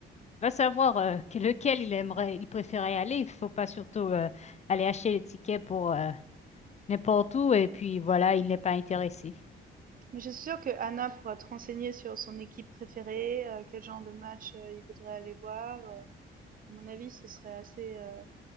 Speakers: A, on the left (about 35°); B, on the right (about 45°).
A: va savoir euh, que- lequel il aimerait, il préférait aller. Il faut pas surtout euh, aller acheter les tickets pour euh, n'importe où et puis voilà, il n'est pas intéressé.
B: Mais je suis sûre que Anna pourra te renseigner sur son équipe préférée, euh, quel genre de match euh, il voudrait aller voir. Euh, à mon avis, ce serait assez, euh,